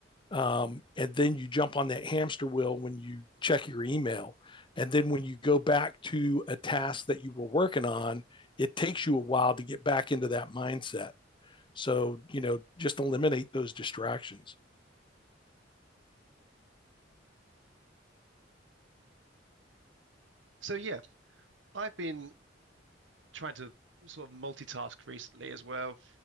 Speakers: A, on the left (about 25°); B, on the right (about 75°).
A: um, and then you jump on that hamster wheel when you check your email and then when you go back to a task that you were working on it takes you a while to get back into that mindset so you know just eliminate those distractions
B: So yeah, I've been trying to sort of multitask recently as well.